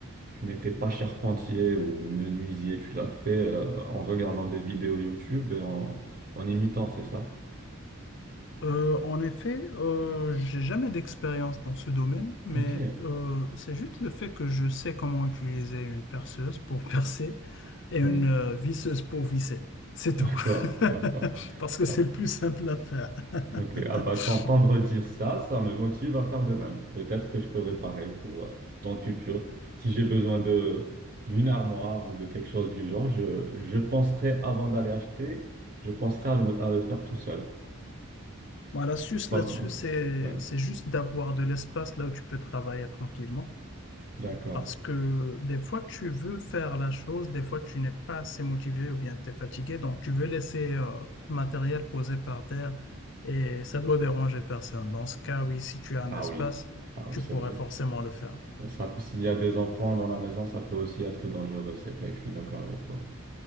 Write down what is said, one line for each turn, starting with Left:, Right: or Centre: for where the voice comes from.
Right: tu n'étais pas charpentier ou menuisier, tu l'as fait euh, en regardant des vidéos YouTube et en, en imitant, c'est ça?
Left: Euh, en effet, euh, j'ai jamais d'expérience dans ce domaine, mais
Right: Ok,
Left: euh, c'est juste le fait que je sais comment utiliser une perceuse pour <laughs> percer et une
Right: oui,
Left: euh, visseuse pour visser. C'est
Right: d'accord,
Left: tout.
Right: d'accord.
Left: <laughs> Parce que
Right: Ah,
Left: c'est le plus simple à faire. <laughs>
Right: Ok, ah bah t'entendre dire ça, ça me motive à faire de même. Peut-être que je ferai pareil pour euh, dans le futur. Si j'ai besoin de d'une armoire ou de quelque chose du genre, je, je penserai avant d'aller acheter, je penserai à le, à le faire tout seul.
Left: Bon, l'astuce
Right: Pas-
Left: là-dessus, c'est,
Right: ouais,
Left: c'est juste d'avoir de l'espace là où tu peux travailler tranquillement.
Right: d'accord.
Left: Parce que des fois, tu veux faire la chose, des fois, tu n'es pas assez motivé ou bien tu es fatigué, donc tu veux laisser euh, le matériel posé par terre et ça doit déranger personne. Dans ce cas, oui, si tu as un
Right: Ah
Left: espace,
Right: oui, ah oui,
Left: tu
Right: c'est
Left: pourrais
Right: vrai.
Left: forcément le faire.
Right: Ouais, Ça, s'il y a des enfants dans la maison, ça peut aussi être dangereux, c'est vrai, je suis d'accord avec toi.